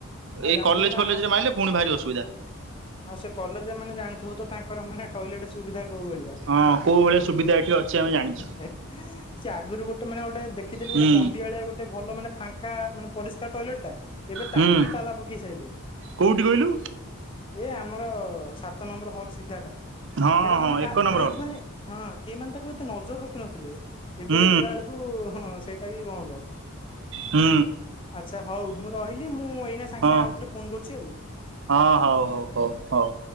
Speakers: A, on the left; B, on the right.
A: ଆଉ
B: ଏଇ
A: ଜାଣିଥିବୁ
B: କଲେଜ
A: ତ
B: ଫଲେଜରେ
A: ଆମ କ
B: ମାଇଲେ ପୁଣି ଭାରି ଅସୁବିଧା।
A: ଆଉ ସେ କଲେଜ ମାନେ ଜାଣିଥିବ ତ ତାଙ୍କର ମାନେ ଟଏଲେଟ ସୁବିଧା କୋଉ ଭଳିଆ।
B: ହଁ କୋଉ ଭଳିଆ ସୁବିଧା ଏଠି ଅଛି ଆମେ ଜାଣିଚୁ।
A: <inaudible> ସେି ଆଗରୁ ଗୋଟେ ମାନେ ଗୋଟେ ଦେଖିଥିଲୁ
B: ହୁଁ
A: ଗୋଟେ କନ୍ଦିଆଳିଆ ଗୋଟେ ଭଲ ମାନେ ଫାଙ୍କା ମାନେ ପରିଷ୍କାର ଟଏଲେଟ ଟା। ଏବେ
B: ହୁଁ
A: ତାକୁ ବି ତାଲା ପକେଇ ସାଇଲେ।
B: କୋଉଠି କହିଲୁ?
A: ଏ ଆମର ସାତ ନମ୍ବର ହଲ ସିଧାଟା।
B: ହଁ
A: ସେଟା
B: ହଁ
A: ମାନେ କା
B: ଏକ ନମ୍ବର
A: <unintelligible>
B: ହଲ୍।
A: ମାନେ ହଁ କେହି ମାନେ ତାକୁ ଏତେ ନଜର ରଖି ନଥିଲେ। ଏବେ
B: ହୁଁ
A: ଦେଖିଲା ବେଳକୁ ହଁ ସେଇଟା ବି ବନ୍ଦ।
B: ହୁଁ।
A: ଆଚ୍ଛା ହଉ ମୁଁ ରହିଲି ମୁଁ ଏଇନା ସାଙ୍ଗେ
B: ହଁ
A: ସାଙ୍ଗେ ଆଉଥରେ ଫୋନ କରୁଚି ଆଉ।
B: ହଁ ହଉ ହଉ ହଉ ହଉ